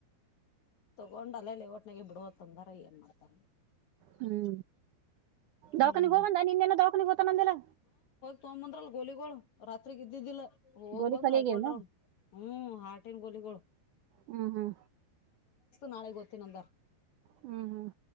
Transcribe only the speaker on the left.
ತಗೊಂಡ್ ಅಲ್ಲೇಲ್ಲಿ ಒಟ್ನಾಗ ಬಿಡುವ ತೊಂದ್ರ ಏನ್ ಮಾಡ್ತಾರ
ಹ್ಮ್
ತೊಂಬಂದ್ರಲ್ ಗೋಲಿಗೋ ರಾತ್ರಿಗೆ ಇದ್ದಿದ್ದಿಲ್ಲ ಹೋಗ್
ಬಂದ್
ಹಯ್ಕೊಂಡ್ರ
ಹ್ಮ ಹಾರಟಿಂಗ ಗೋಲಿಗೋಳ
ನಾಳೆ ಓ್ತನ ಅಂದ